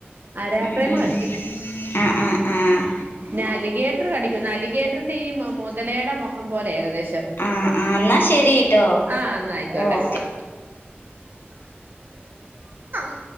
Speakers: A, on the right; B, on the left.
A: അരാപ്രേമ
B: ഉം ഉം
A: കടിക്കും
B: ആഹ് ആഹ് ആഹ്.
A: പിന്നെ അലിഗേറ്റർ കടിക്കുന്നു അലിഗേറ്ററിന്റെ ഈ മൊതലയുടെ മുഖം പോലെ ഏകദേശം
B: ആ ആ എന്നാ ശരിട്ടോ
A: ച ആഹ് ന്നായ്ക്കോട്ടെ.
B: ഓക്കെ
A: ഉം.